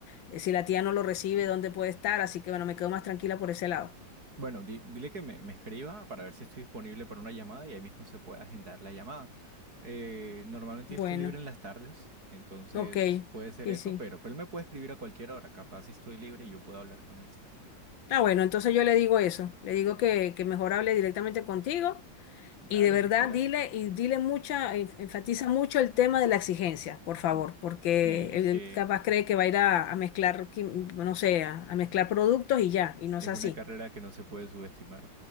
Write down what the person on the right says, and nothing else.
Bueno, di- dile que me, me escriba para ver si estoy disponible para una llamada y ahí mismo se puede agendar la llamada. Eh, normalmente
yo estoy libre en las tardes, entonces
puede ser
eso,
pero pues, él me puede escribir a cualquier hora. Capaz si estoy libre y yo puedo hablar con él, sí.
Dale,
sin problema.
Uf,
sí, es
que
es
una carrera que no se puede subestimar.